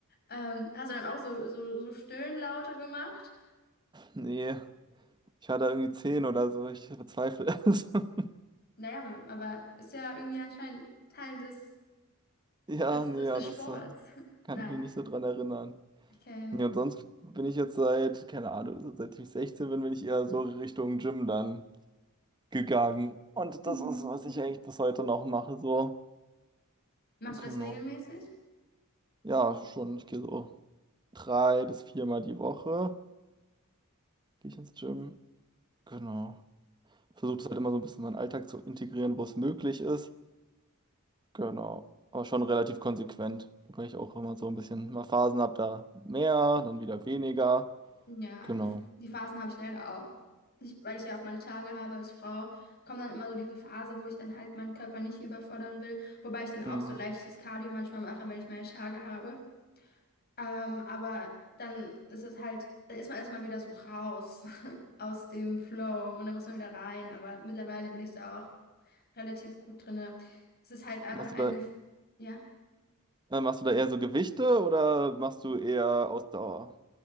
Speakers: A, on the left; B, on the right.
A: Ähm, hast du dann auch so, so, so Stöhnlaute gemacht?
B: Nee, ich war da irgendwie zehn oder so, ich bezweifle es. <laughs>
A: Naja, aber ist ja irgendwie anscheinend Teil des,
B: Ja,
A: des,
B: nee,
A: des,
B: ja,
A: des Sports.
B: das äh,
A: <laughs>
B: kann
A: Nein.
B: ich mich nicht so dran erinnern.
A: Okay.
B: Ja, und sonst bin ich jetzt seit, keine Ahnung, so seit ich 16 bin, bin ich eher so Richtung Gym dann gegangen. Und
A: Mhm.
B: das ist, was ich eigentlich bis heute noch mache, so.
A: Machst
B: Genau.
A: du das regelmäßig?
B: Ja, schon, ich gehe so drei bis viermal die Woche, gehe ich ins Gym. Genau. Versuche das halt immer so ein bisschen in meinen Alltag zu integrieren, wo es möglich ist. Genau. Aber schon relativ konsequent. Wobei ich auch immer so ein bisschen mal Phasen habe, da mehr, dann wieder weniger.
A: Ja,
B: Genau.
A: die, die Phasen habe ich leider auch. Ich, weil ich ja auch meine Tage habe als Frau, kommt dann immer so diese Phase, wo ich dann halt meinen Körper nicht überfordern will. Wobei ich dann auch
B: Mhm.
A: so leichtes Cardio manchmal mache, wenn ich meine Tage habe. Ähm, aber dann ist es halt, dann ist man erstmal wieder so raus <laughs> aus dem Flow und dann muss man wieder rein. Aber mittlerweile bin ich da auch relativ gut drinne. Es ist halt einfach
B: Machst
A: ein
B: du da
A: Gefühl, ja.
B: Äh, Machst du da eher so Gewichte oder machst du eher Ausdauer?